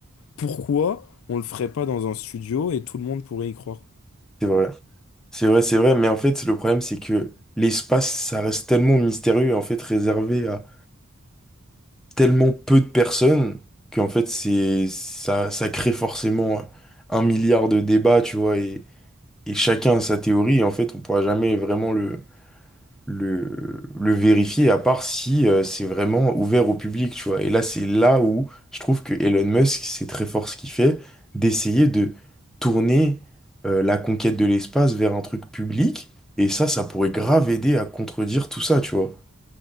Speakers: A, on the left; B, in the centre.
A: Pourquoi on le ferait pas dans un studio et tout le monde pourrait y croire?
B: c'est vrai. C'est vrai, c'est vrai. Mais en fait, le problème, c'est que l'espace, ça reste tellement mystérieux, en fait, réservé à tellement peu de personnes, qu'en fait, c'est, ça, ça crée forcément un milliard de débats, tu vois, et, et chacun a sa théorie. Et en fait, on pourra jamais vraiment le, le, le vérifier, à part si euh, c'est vraiment ouvert au public, tu vois. Et là, c'est là où je trouve que Elon Musk, c'est très fort ce qu'il fait, d'essayer de tourner euh, la conquête de l'espace vers un truc public. Et ça, ça pourrait grave aider à contredire tout ça, tu vois.